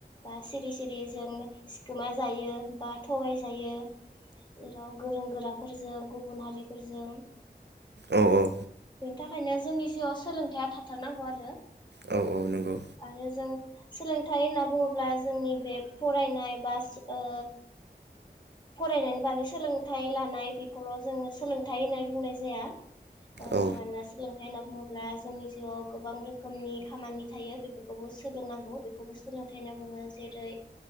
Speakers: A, on the left; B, on the right.
A: बा सिरि सिरि जों सिखोमा जायो बा थगाय जायो जेराव गोरों गोराफोरजों गुबुन हारिफोरजों
B: औ औ
A: बेनि थाखायनो जोंनि जिउआव सोलोंथायाइया थाथारनांगौ आरो
B: औ औ नंगौ
A: आरो जों सोलोंथाइ होनना बुङोब्ला जोंनि बे फरायनाय बास ओ फरायनायनि बागै सोलोंथाइ लानाय बेखौल जोङो सोलोंथाइ होननाय बुंनाय जाया। ओ
B: औ
A: मानोना सोलों थाइ होनना बुङोब्ला जोंनि जिउआव गोबां रोखोमनि खामानि थायो बेफोरखौबो सोलोंनांगौ बेखौबो सोलोंथाइ होनना बुङो। जेरै